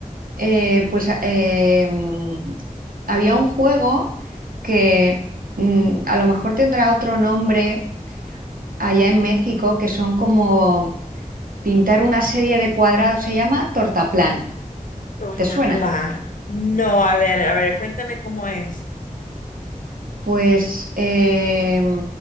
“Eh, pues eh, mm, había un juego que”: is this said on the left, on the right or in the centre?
Right